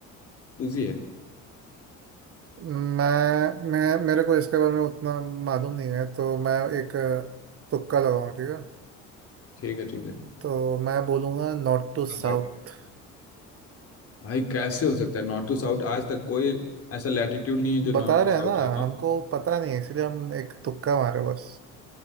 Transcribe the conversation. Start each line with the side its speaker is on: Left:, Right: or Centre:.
Left: Easy है
Right: मैं मैं मेरे को इसके बारे में उतना मालूम नहीं है तो मैं एक अ, तुक्का लगाऊंगा ठीक है
Left: ठीक है ठीक है
Right: तो मैं बोलूँगा नॉर्थ टू
Left: बट
Right: साउथ
Left: भाई कैसे हो सकता है नॉर्थ टू साउथ आज तक कोई ऐसा लैटिट्यूड नहीं है जो
Right: बता
Left: नॉर्थ
Right: रहे
Left: टू साउथ
Right: हैं ना
Left: है
Right: हमको पता नहीं है इसलिए हम एक तुक्का मारे बस